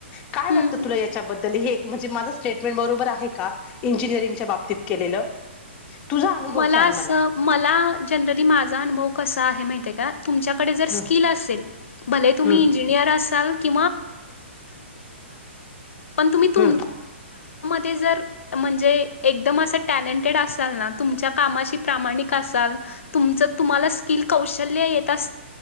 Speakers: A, on the left; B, on the left.
A: काय
B: हम्म
A: वाटत तुला याच्याबद्ल हे म्हणजे माझं स्टेटमेंट बरोबर आहे का इंिनिरिंगच्या बाबत बाबतीत केलेलं तुझा अनुभव
B: मला
A: सांग
B: अस मला जनरली माझा अनुभव कसा आहे माहि आहे का? तुमच्याकडे जर स्किल
A: हम्म
B: असेल भले तुम्ही
A: हम्म
B: इंजिनिअर असाल त् त
A: हम्म
B: ते जर म्हणजे एकदम असं टॅलेंटेड असाल ना तुमच्या कामा प्रामाणिक असाल तम तुम्हाला स्कि कौश येत अस